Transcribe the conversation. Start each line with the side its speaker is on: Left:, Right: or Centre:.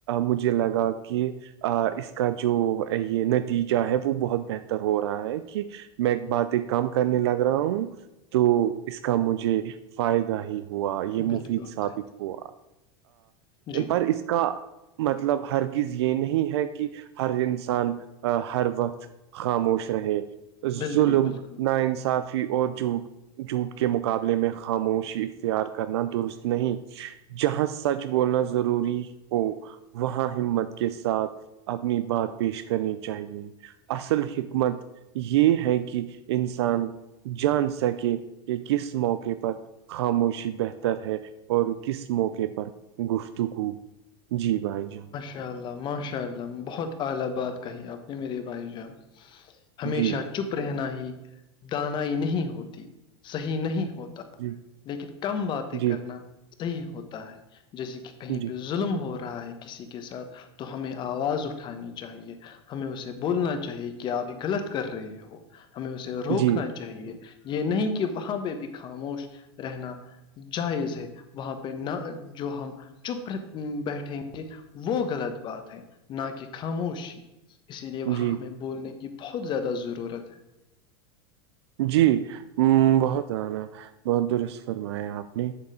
Right: مجھے لگا کہ آ اس کا جو یہ نتیجہ ہے وہ بہت بہتر ہو رہا ہے کہ میں ایک بات ایک کم کرنے لگ رہا ہوں تو اس کا مجھے فائدہ ہی ہوا یہ
Left: بالکل
Right: مفید ثابت
Left: صحیح
Right: ہوا
Left: جی
Right: پر اس کا مطلب ہرگز یہ نہیں ہے کہ ہر انسان ہر وقت خاموش رہے
Left: بالکل
Right: ظلم
Left: بالکل
Right: ناانصافی اور جھوٹ جھوٹ کے مقابلے میں خاموشی اختیار کرنا درست نہیں جہاں سچ بولنا ضروری ہو وہاں ہمت کے ساتھ اپنی بات پیش کرنی چاہیے اصل حکمت یہ ہے کہ انسان جان سکے کہ کس موقع پر خاموشی بہتر ہے اور کس موقعے پر گفتگو جی بھائی جان
Left: یا اللہ ماشاءاللہ بہت اعلی بات کہی اپ نے میرے بھائی کا ہمیشہ
Right: جی
Left: چپ رہنا ہی دانائی نہیں ہوتی صحیح نہیں ہوتا
Right: جی
Left: لیکن کم باتیں
Right: جی
Left: کرنا صحیح ہوتا ہے جیسے کہ کہیں
Right: جی
Left: پہ ظلم ہو رہا ہے کسی کے ساتھ تو ہمیں آواز اٹھانی چاہیے ہمیں اسے بولنا چاہیے کہ آپ غلط کر رہے ہو ہمیں اسے روکنا
Right: جی
Left: چاہیے یہ نہیں کہ وہاں پہ بھی خاموش رہنا جائز ہے وہاں پہ نہ جو ہم چپ بیٹھیں گے وہ غلط بات ہے نہ کہ خاموشی اسی لیے وہاں
Right: جی
Left: ہمیں بولنے یہ بہت زیادہ ضرورت ہے
Right: جی ہ بہت آنا بہت درست فرمایا آپ نے